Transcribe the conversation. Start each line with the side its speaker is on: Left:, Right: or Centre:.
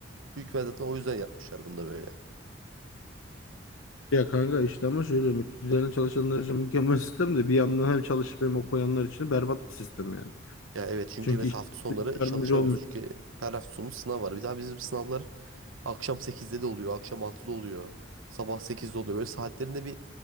Right: Büyük ihtimal zaten o yüzden yapmışlar bunu da böyle.
Left: Ya kanka işte ama şöyle üzerine çalışanlar için mükemmel sistem de bir yandan hem çalışıp hem okuyanlar için berbat bir sistem yani.
Right: Ya evet çünkü
Left: Çünkü
Right: mesela
Left: işte
Right: hafta sonları
Left: hiç yardımcı
Right: çalışamıyorsun.
Left: olmuyor.
Right: Çünkü her hafta sonu sınav var. Bir daha bizim sınavlar akşam sekizde de oluyor, akşam altıda oluyor, sabah sekizde oluyor. Böyle saatlerinde bir